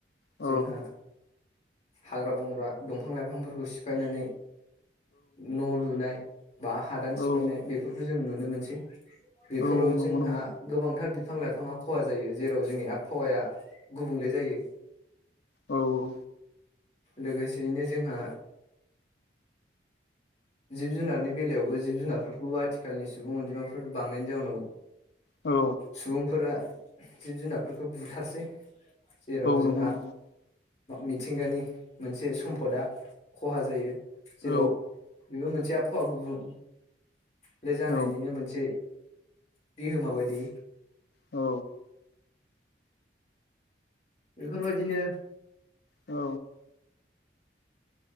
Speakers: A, on the left; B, on the left.
A: औ
B: जोंहा हाग्रा बंग्रा दंफां लाइफांफोरखौ सिफायनानै न' लुनाय बा हादान सिफायनाय
A: औ
B: बेफोरखौ जों नुनो मोनसै। बेफोराव
A: औ नंगौ
B: जोंहा
A: नंगौ
B: गोबांथार बिफां लाइफाङा खहा जायो जेराव जोंनि आबहावाया गुबुंले जायो।
A: औ औ
B: लोगोसेयैनो जोंहा जिब जुनारनि बेलायावबो जिब जुनारफोरखौ आथिखालनि सुबुं अनजिमाफोर बांनायनि जाउनाव
A: औ
B: सुबुंफोरा जिब जुनारफोरखौ बुथारसै जेराव
A: औ
B: जोंहा
A: नंगौ नंगौ
B: मिथिंगानि मोनसे सम्पदा खहा जायो जेराव
A: औ
B: बेबो मोनसे आबहावा गुबुं ले जानायनिनो
A: औ
B: मोनसे बिहोमा बायदि।
A: औ
B: बेफोरबायदिनो
A: औ